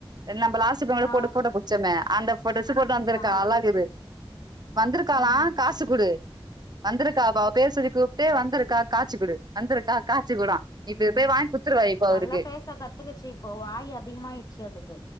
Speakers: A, on the right; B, on the left.
A: நம்ம லாஸ்ட் <unintelligible>
B: ஆ
A: போட்டோ புடிச்சோமே அந்த இப்போ ஒரு டிரஸ் போட்டு வந்திருக்கா
B: ஆ
A: நல்லாகுது வந்திருக்காளா
B: ம்
A: காசு குடு வந்திருக்கா அவ அவ பேர் சொல்லி கூப் தே வந்திருக்கா காச்சு குடு வந்திருக்கா காச்சு குடா இப்ப
B: ம்
A: போய் வாங்கி குத்துருவா இப்போ அவருக்கு
B: நல்லா பேச கத்துக்குச்சு இப்போ வாய் அதிகமாயிடுச்சு அதுக்கு